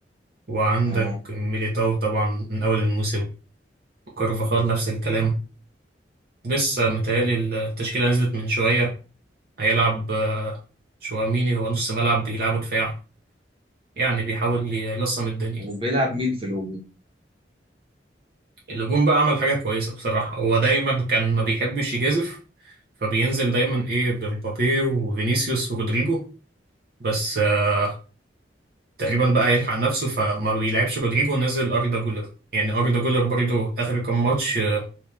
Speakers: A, on the right; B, on the right.
A: وعندك
B: اه
A: ميليتاو طبعا من أول الموسم كارفاخال نفس الكلام لسه متهيألي التشكيلة نزلت من شوية هيلعب آه، شواميني هو نص ملعب بيلعبوا دفاع يعني بيحاول يلصم الدنيا
B: وبيلعب مين في الهجوم
A: الهجوم بقى عمل حاجة كويسة بصراحة هو دايما كان ما بيحبش يجازف فبينزل دايما ايه بمبابي وفينيسيوس ورودريجو بس آه، تقريبا بقى هيلحق نفسه فما بيلعبش رودريجو ونزل أردا جولر يعني أردا جولر برضو آخر كام ماتش آه،